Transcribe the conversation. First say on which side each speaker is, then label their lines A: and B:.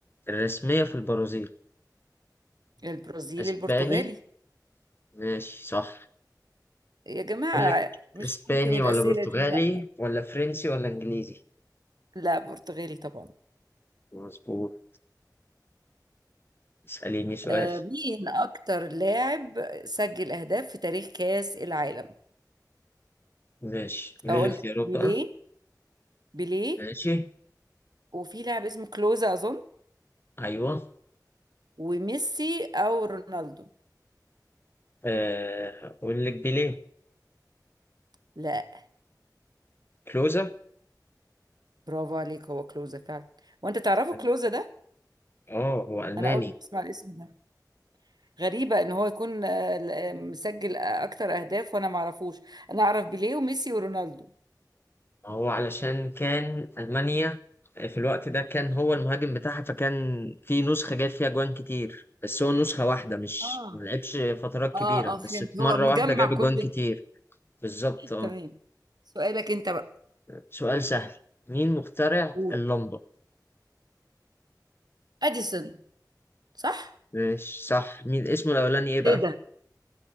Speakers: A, on the left; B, on the right.
A: الرسمية في البرازيل
B: البرازيل
A: اسباني
B: البرتغالي
A: ماشي صح
B: يا جماعة
A: اقول لك
B: مش
A: اسباني
B: ممكن الأسئلة
A: ولا برتغالي
B: دي لا
A: ولا فرنسي ولا انجليزي
B: لا برتغالي طبعا
A: مظبوط اسأليني سؤال
B: آه مين أكتر لاعب سجل أهداف في تاريخ كأس العالم؟
A: ماشي قولي
B: أقول
A: لي اختيارات
B: لك بيليه
A: بقى
B: بيليه
A: ماشي
B: وفي لاعب اسمه كلوزا اظن
A: ايوه
B: وميسي او رونالدو
A: آه، اقول لك بيليه
B: لا
A: كلوزا
B: برافو عليك هو كلوزا فعلا وانت تعرفه
A: أيوه.
B: كلوزا ده
A: اه هو الماني
B: انا اول مره اسمع الاسم ده غريبه ان هو يكون آه، ل- آه، مسجل آه، اكتر اهداف وانا ما اعرفوش انا اعرف بيليه وميسي ورونالدو
A: هو علشان كان ألمانيا آه، في الوقت ده كان هو المهاجم بتاعها فكان في نسخة جايب فيها جوان كتير بس هو نسخة واحدة مش
B: اه
A: ما لعبش فترات
B: اه
A: كبيرة
B: اه
A: بس
B: فهمت
A: في
B: هو
A: مرة
B: مجمع
A: واحدة جاب
B: كل
A: جوان كتير
B: ال-
A: بالظبط اه
B: تمام سؤالك انت بقى
A: سؤال سهل مين مخترع
B: قول
A: اللمبة؟
B: اديسون صح
A: ماشي صح مين اسمه الأولاني إيه بقى؟
B: ايه ده